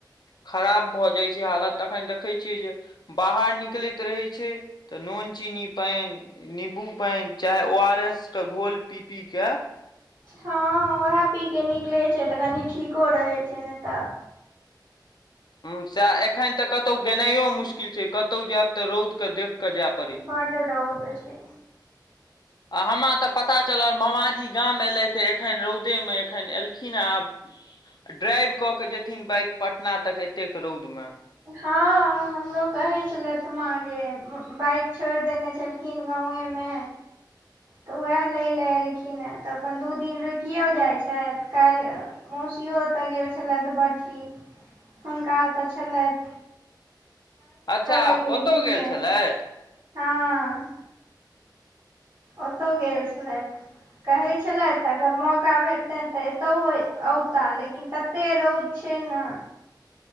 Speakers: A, on the left (about 65°); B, on the right (about 45°).
A: खराब भऽ जाइ छै हालत तऽखन देखै छियै जे बाहर निकलैत रहै छै तऽ नुन- चीनी- पैन नीबू पानि चाहे ओ आर एस के घोल पीपी के।
B: ह ओहे पी के निकलै छै तऽ कनी ठीको रहै छै नै तऽ।
A: ह सएह एखन तऽ कतौ गेनाइयो मुश्किल छैय कतौ जायब तऽ रौद के देख कऽ जायब।
B: बड रौद छै
A: आ हमरा तऽ पता चलल मामाजी गाम एलै तऽ एखन रौदेमे एखन एलखिन हेँ आब ड्राइव क के जेथिन बाइक पटना तक एतेक रौदमे
B: हँ हमरो कहैत छलथि माँगे बाइक छोड़ि देने छलखिन गाँवये मे तऽ उएह लै लए एलखिन हे तऽ अपन दू दिन रुकियो जाइत छथि काल्हि मौसियो ओतय गेल छलैथ बड़की हुनका ओतय छलैथ
A: अच्छा
B: लगलै
A: ओतो
B: दिन
A: गेल
B: मे
A: छलैथ
B: हँ ओतौ गेल छलैथ कहै छलैथ त अगर मौका भेटतनि त एतौ अ-औताह लेकिन तते रौद छै ने